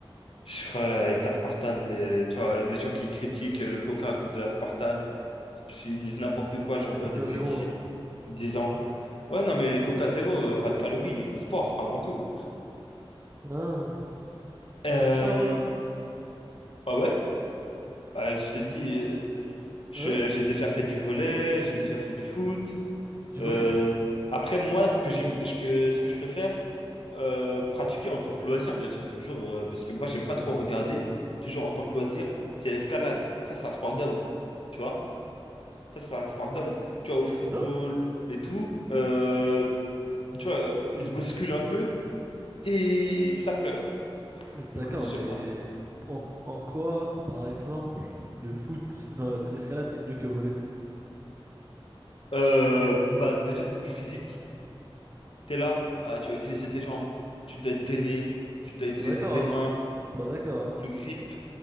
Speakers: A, on the left; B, on the right.
A: je crois, avec la Spartan, euh, tu vois, les gens qui critiquent euh, le coca à cause de la Spartan, ils disent n'importe quoi, j'en
B: C'est
A: bois
B: Coca
A: depuis
B: Zéro,
A: que j'ai 10 ans.
B: hein.
A: Ouais, non, mais coca zéro, euh, pas de calories, le sport avant tout.
B: Ah, toi
A: Euh,
B: tu fais du sport toi?
A: bah ouais, bah, je t'ai dit, euh, je-
B: Ah ouais?
A: j'ai déjà fait du volley, j'ai déjà fait du foot.
B: Du
A: Euh,
B: volley?
A: après, moi, ce que j'aime, ce que, ce que je préfère, Euh, pratiquer en tant que loisir, bien sûr, toujours, euh, parce que moi, j'aime pas trop regarder, toujours en tant que loisir, c'est l'escalade. Ça, c'est un sport d'homme, tu vois? Ça, c'est un sport d'homme. Tu vois, au football
B: Non.
A: et tout, euh, tu vois, ils se bousculent un peu et ça pleure.
B: Mais
A: Du
B: D'accord,
A: coup, j'aime
B: mais
A: pas trop.
B: en, en quoi, par exemple, le foot, non, l'escalade est mieux que le volley?
A: Euh, bah, déjà, c'est plus physique. T'es là, ah, tu vas utiliser tes jambes, tu dois être gainé, tu dois
B: Je
A: utiliser
B: suis pas d'accord.
A: tes mains,
B: Je suis pas d'accord. hein.
A: le grip.